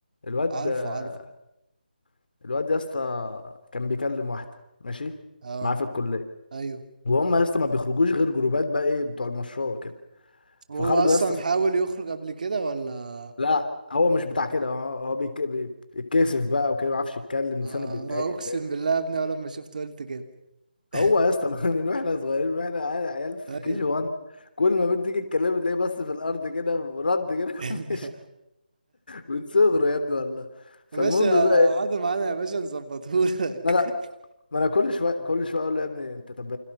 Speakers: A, on the left (about 65°); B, on the right (about 55°).
A: الواد
B: عارفه
A: آه،
B: عارفه
A: الواد يا اسطى كان بيكلم واحده ماشي
B: اه
A: معاه في الكليه
B: ايوه
A: وهم يا اسطى ما بيخرجوش غير جروبات بقى ايه بتوع المشروع وكده
B: وهو
A: فخرجوا
B: اصلا
A: يا اسطى
B: حاول يخرج قبل كده ولا
A: لا هو مش بتاع كده هو هو بيك- بي- بيتكسف بقى وكده ما بيعرفش يتكلم لسانه
B: آه
A: بيتعقد
B: انا اقسم
A: فاهمني
B: بالله يا ابني اول لما شفته قلت كده <laughs>
A: هو يا اسطى <laughs> من واحنا صغيرين من واحنا عيال عيال في
B: ايوه
A: كي جي 1 كل ما بنت تيجي تكلمه تلاقيه بس في الارض كده ورد كده <laughs>
B: <laughs>
A: مش من صغره يا ابني والله فالمهم
B: يا باشا
A: بقى إيه،
B: قعدوا معانا يا باشا نظبطهولك
A: ما انا
B: <laughs>
A: ما انا كل شويه كل شويه اقول له يا ابني انت طب